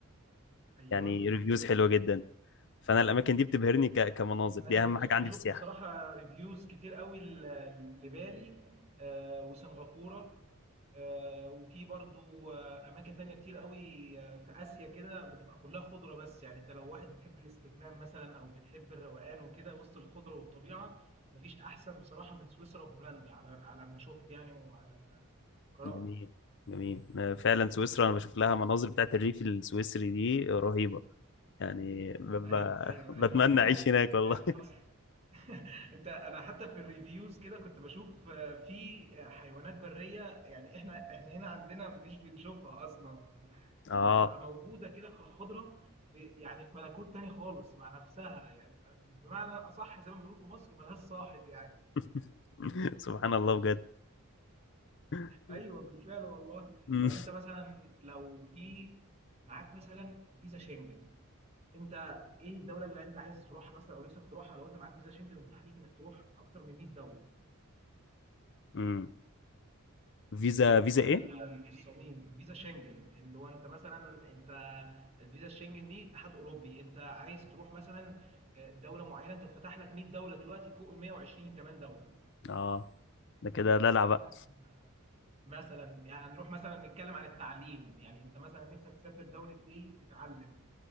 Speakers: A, on the right; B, on the left.
A: ايوه
B: يعني ريفيوز حلوة جدا فأنا الأماكن دي بتبهرني ك... كمناظر دي
A: ايوه
B: أهم
A: انا
B: حاجة
A: ش- أنا
B: عندي
A: شفت
B: في السياحة
A: بصراحه ريفيوز كتير قوي ل- لبالي آه، وسنغافوره آه، وفي برضو آه، اماكن تانية كتير قوي آه، في اسيا كده بتبقى كلها خضره بس يعني انت لو واحد بتحب الاستجمام مثلا او بتحب الروقان وكده وسط الخضره والطبيعه مفيش احسن بصراحه من سويسرا وهولندا على على ما شفت يعني وعلى ما قرات
B: جميل جميل أنا فعلا سويسرا انا بشوف لها مناظر بتاعت الريف السويسري دي رهيبة يعني ب... ب...
A: ايوه ايوه
B: بتمنى
A: ايوه بالفعل
B: اعيش هناك
A: بالفعل
B: والله
A: حصل <laughs> انت انا حتى في الريفيوز كده كنت بشوف آه، في حيوانات بريه يعني احنا احنا هنا عندنا مش بنشوفها اصلا آه،
B: <laughs> اه
A: بتبقى موجوده كده في الخضره ب- يعني في ملكوت تاني خالص مع نفسها يعني بمعنى اصح زي ما بنقول في مصر ملهاش صاحب يعني
B: <laughs> سبحان الله بجد <laughs>
A: ايوه بالفعل والله
B: مم.
A: طب انت مثلا لو في معاك مثلا فيزا شنجن انت ايه الدوله اللي انت عايز تروحها مثلا او نفسك تروحها لو انت معاك فيزا شنجن ومتاح ليك انك تروح اكتر من 100 دوله
B: مم. فيزا
A: سؤال
B: فيزا ايه
A: فيزا في فيزا ايه؟ الصميم فيزا شنجن ان لو انت مثلا انت الفيزا الشنجن دي اتحاد اوروبي انت عايز تروح مثلا آه، دوله معينه انت اتفتح لك 100 دوله دلوقتي فوق ال 120 كمان دوله
B: اه ده كده دلع بقى
A: مثلا مثلا يعني نروح مثلا نتكلم عن التعليم يعني انت مثلا نفسك تسافر دوله ايه تتعلم